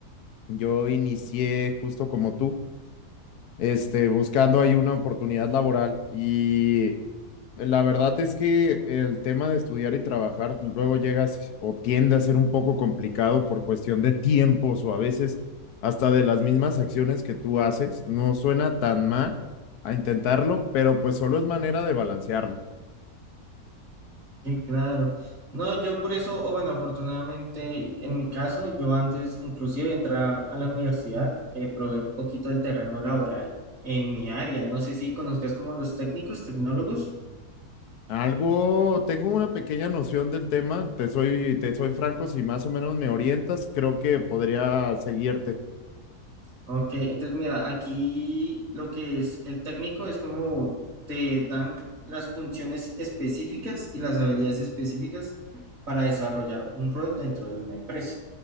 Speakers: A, on the left (about 85°); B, on the right (about 60°).
A: yo inicié justo como tú, este, buscando ahí una oportunidad laboral y La verdad es que el tema de estudiar y trabajar luego llegas o tiende a ser un poco complicado por cuestión de tiempos o a veces hasta de las mismas acciones que tú haces. No suena tan mal a intentarlo, pero pues solo es manera de balancearlo.
B: sí, claro. No, yo por eso, o bueno, afortunadamente en mi caso, yo antes inclusive de entrar a la universidad, eh, probé un poquito el terreno laboral en mi área. No sé si conozcas como los técnicos, tecnólogos.
A: Algo, tengo una pequeña noción del tema, te soy, te soy franco, si más o menos me orientas, creo que podría seguirte,
B: Ok, entonces mira, aquí lo que es el técnico es como te dan las funciones específicas y las habilidades específicas para desarrollar un rol dentro de una empresa.